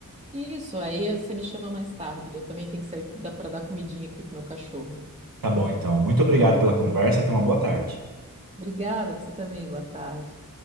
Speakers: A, on the right; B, on the right.
A: Isso, aí você me chama mais tarde. Eu também tenho que sair para dar comidinha aqui pro meu cachorro.
B: Tá bom, então. Muito obrigado pela conversa. Tenha uma boa tarde.
A: Obrigada, você também. Boa tarde.